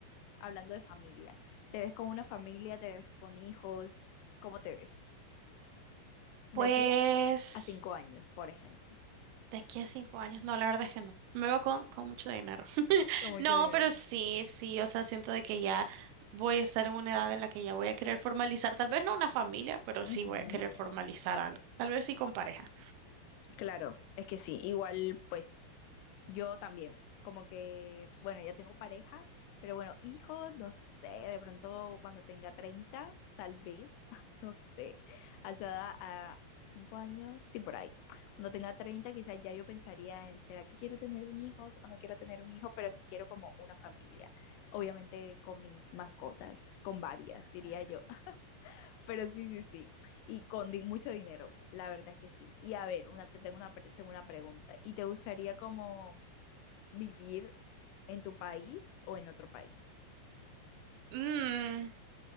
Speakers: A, on the left (about 85°); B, on the right (about 90°).
A: hablando de familia, ¿te ves con una familia, te ves con hijos? ¿Cómo te ves?
B: Pues.
A: De aquí a cinco años, por ejemplo.
B: De aquí a cinco años, no, la verdad es que no. Me veo con, con mucho dinero. <laughs>
A: Con mucho
B: No,
A: dinero.
B: pero sí, sí, o sea, siento de que ya voy a estar en una edad en la que ya voy a querer formalizar, tal vez no una familia, pero
A: Ujú,
B: sí voy a querer formalizar algo. Tal vez sí con pareja.
A: Claro, es que sí, igual pues yo también, como que, bueno, ya tengo pareja, pero bueno, hijos, no sé, de pronto cuando tenga 30 tal vez, <laughs> no sé, hasta a 5 años, sí, por ahí. Cuando tenga 30 quizás ya yo pensaría en, ¿será que quiero tener un hijo o no quiero tener un hijo? Pero sí quiero como una familia, obviamente con mis mascotas, con varias, diría yo. Pero sí, sí, sí. Y con di- mucho dinero, la verdad es que sí. Y a ver, una, te tengo una, pre- tengo una pregunta. ¿Y te gustaría como vivir en tu país o en otro país?
B: Mm,